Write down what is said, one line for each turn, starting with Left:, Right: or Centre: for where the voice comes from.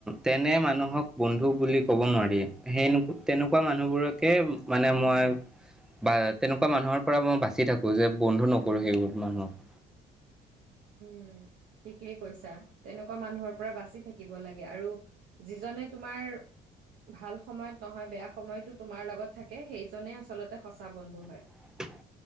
Centre: তেনে মানুহক বন্ধু বুলি ক'ব নোৱাৰি। সেই, তেনেকুৱা মানুহবোৰকে মানে, মই বা, তেনেকুৱা মানুহৰ পৰা মই বাচি থাকোঁ, যে বন্ধু নকৰোঁ সেইবোৰ মানুহক।
Right: উম, ঠিকেই কৈছা। তেনেকুৱা মানুহৰ পৰা বাচি থাকিব লাগে, আৰু যিজনে তোমাৰ ভাল সময়ত নহয়, বেয়া সময়তো তোমাৰ লগত থাকে, সেইজনেই আচলতে সঁচা বন্ধু হয়।
Centre: <inaudible>